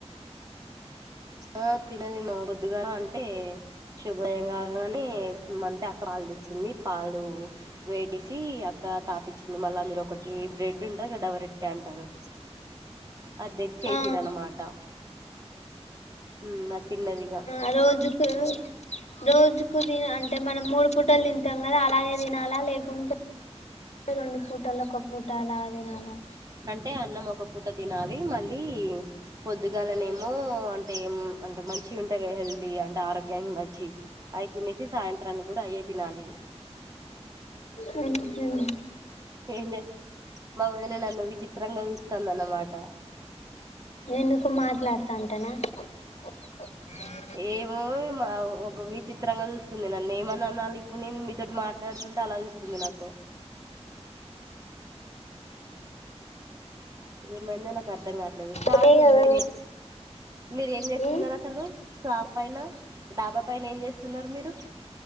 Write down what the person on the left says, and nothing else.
ఆ
ఆ రోజుకు రోజుకు తిన అంటే మనం మూడు పూటలు తింటాం కదా అలాగే తినాలా లేకుంటే రెండు పూటలు ఒక పూట అలా తినాలా
మ్మ్ఉహ్మ్
ఎందుకు మాట్లాడు తాంటేనా ఉ
అదే కదా
ఉ